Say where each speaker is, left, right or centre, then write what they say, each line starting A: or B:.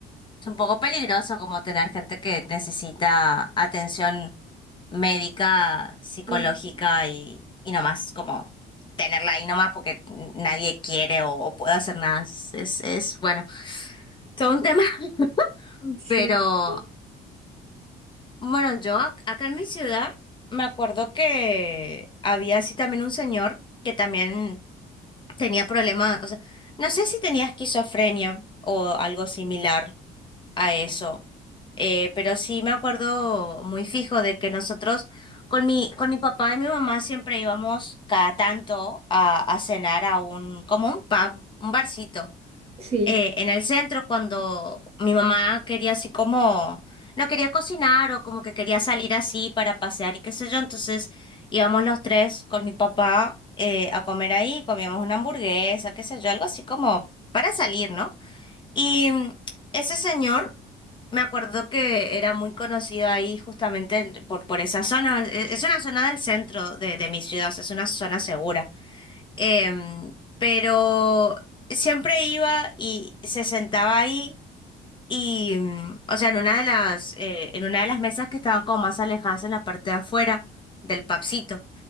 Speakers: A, on the left; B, on the right.
A: es un poco peligroso como tener gente que necesita atención médica, psicológica
B: Ujú.
A: y, y nomás como tenerla ahí nomás porque nadie quiere o, o puede hacer nada. Es, es, es, bueno, todo un tema, <laughs>
B: Sí,
A: pero.
B: sí,
A: Bueno, yo ac- acá en mi ciudad me acuerdo que había así también un señor que también tenía problemas, o sea, no sé si tenía esquizofrenia o algo similar a eso, eh, pero sí me acuerdo muy fijo de que nosotros con mi, con mi papá y mi mamá siempre íbamos cada tanto a, a cenar a un, como un pub, un barcito
B: Sí.
A: eh, en el centro cuando mi mamá quería así como, no quería cocinar o como que quería salir así para pasear y qué sé yo, entonces íbamos los tres con mi papá eh, a comer ahí, comíamos una hamburguesa, qué sé yo, algo así como para salir, ¿no? Y mm, ese señor... Me acuerdo que era muy conocido ahí justamente el- por, por esa zona. Es, es una zona del centro de, de mi ciudad, o sea, es una zona segura. Em, pero siempre iba y se sentaba ahí y, mm, o sea, en una de las, eh, en una de las mesas que estaban como más alejadas en la parte de afuera del papsito.